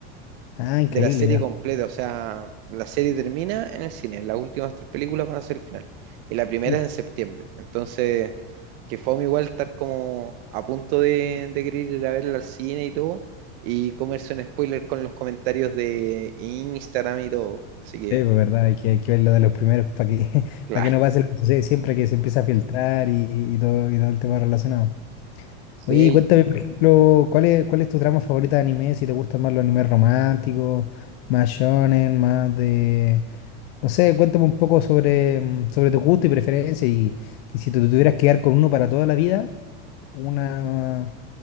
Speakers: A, on the left (about 60°); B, on the right (about 60°).
A: Ah,
B: de
A: increíble,
B: la serie
A: ya.
B: completa, o sea, la serie termina en el cine, las últimas tres películas van a ser el final, y la primera
A: Uf,
B: es en septiembre. Entonces que fue igual estar como a punto de, de querer ir a verla al cine y todo, y comerse un spoiler con los comentarios de Instagram y todo. Así que,
A: sí, pues, verdad, hay que,
B: mm,
A: hay que ver lo de los primeros para que, <laughs>
B: claro.
A: para que no pase lo que sucede siempre que se empieza a filtrar y, y todo, y todo el tema relacionado.
B: <laughs>
A: Oye, y cuéntame,
B: Sí,
A: por ejemplo, ¿cuál es, cuál es tu trama favorita de anime? Si te gustan más los animes románticos, más shonen, más de No sé, cuéntame un poco sobre, mm, sobre tu gusto y preferencia y, y si te tuvieras que quedar con uno para toda la vida, una,